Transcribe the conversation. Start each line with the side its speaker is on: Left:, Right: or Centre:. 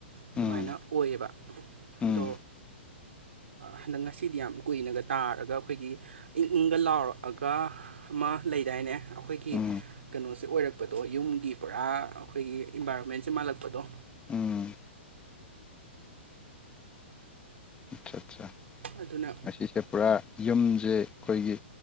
Right: ꯑꯗꯨꯃꯥꯏꯅ
Left: ꯎꯝ
Right: ꯑꯣꯏꯌꯦꯕ ꯑꯗꯣ
Left: ꯎꯝ
Right: ꯍꯟꯗꯛ ꯉꯁꯤꯗꯤ ꯌꯥꯝ ꯀꯨꯏꯅꯒ ꯇꯥꯔꯒ ꯑꯩꯈꯣꯏꯒꯤ ꯏꯪ ꯏꯪꯒ ꯂꯥꯎꯔꯛꯑꯒ ꯑꯃ ꯂꯩꯗꯥꯏꯅꯦ ꯑꯩꯈꯣꯏꯒꯤ
Left: ꯎꯝ
Right: ꯀꯩꯅꯣꯁꯦ ꯑꯣꯏꯔꯛꯄꯗꯣ ꯌꯨꯝꯒꯤ ꯄꯨꯔꯥ ꯑꯩꯈꯣꯏꯒꯤ ꯏꯟꯚꯥꯏꯔꯣꯟꯃꯦꯟꯁꯦ ꯃꯥꯜꯂꯛꯄꯗꯣ
Left: ꯎꯝ ꯑꯆꯥ ꯆꯥ
Right: ꯑꯗꯨꯅ
Left: ꯉꯁꯤꯁꯦ ꯄꯨꯔꯥ ꯌꯨꯝꯁꯦ ꯑꯩꯈꯣꯏꯒꯤ